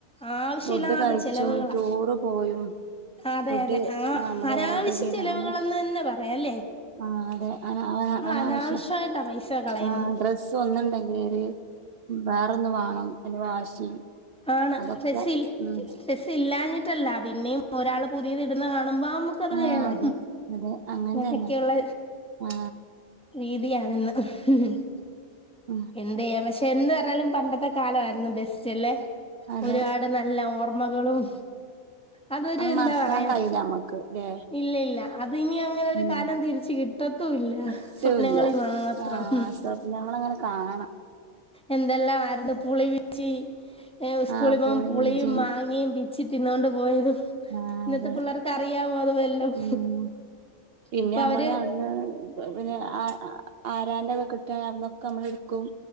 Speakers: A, in the centre; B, on the right (about 65°).
A: ആവശ്യമില്ലാത്ത
B: ഫുഡ് കഴിച്ചും
A: ചെലവുകളാ
B: ടൂറ് പോയും
A: അതെ
B: ഫുഡ്
A: അതെ ആ
B: നമ്മള്
A: അനാവശ്യ
B: ഓർഡർ ചെയ്ത്
A: ചെലവുകെന്ന്
B: അങ്ങനെ
A: തന്നെ പറയാംല്ലേ
B: ആ അതെ അനാവശ്യ
A: അനാവശ്യമായിട്ടാ പൈസ കളയുന്നത്
B: ആ ഡ്രസ്സ് ഒന്ന് ണ്ടങ്കിലും വെ റൊന്ന് വേണം ഐന് വാശി
A: ആണ്
B: അതൊക്കെ
A: ഫെസിൽ
B: ഉം
A: ഫെസിൽ ഇല്ലാഞ്ഞിട്ടല്ല പിന്നെ ഒരാൾ പുതിയ ഇടുന്നത് കാണു ണുമ്പോ നമുക്കത്
B: ആ
A: വേണം
B: അതെ അതെ അങ്ങനെ
A: അങ്ങനെയൊക്കെയുള്ള
B: തന്നെ ആ
A: രീതിയാണ്. <unintelligible>
B: ഉം
A: എന്തെയ്യാൻ <unintelligible> എന്ത് പറഞ്ഞാലും പണ്ടത്തെ കാലമായിരുന്നു ബെസ്റ്റ് അല്ലേ?
B: അതെ
A: ഒരുപാട് നല്ല ഓർ മകളും അതൊരു
B: അത്
A: എന്താ
B: മറക്കാൻ
A: പറയാ
B: കഴിയില്ല നമ്മക്ക് ല്ലേ
A: ഇല്ല ഇല്ല അതിനി അങ്ങനെ ഒരു
B: ഉം
A: കാലം തിരിച്ച് കിട്ടത്തുല്ല
B: പറ്റൂല്ല
A: സ്വപ്നങ്ങളിൽ മാത്രം.
B: ആ സ്വപ്നങ്ങളങ്ങനെ കാണാം
A: എന്തെല്ലാം ആയിരുന്നു പുളി പി ച്ചി സ്കൂളിൽ
B: ആ
A: പോകുമ്പം
B: പുളിഞ്ചി
A: പുളിയും മാങ്ങയും പിച്ചി തിന്നോണ്ട് പോയതും
B: ആഹ്
A: ഇന്നത്തെ
B: അതെ
A: പിള്ളേർക്ക് അറിയാവോ? അത് വല്ലോം
B: ഉം പിന്നെ
A: ഇപ്പൊ
B: നമ്മള്
A: അവര്
B: അവിടുന്ന് പിന്നെ ആ ആ ആരാന്റെത് കിട്ട അതിന്നൊക്കെ നമ്മള് എടുക്കും.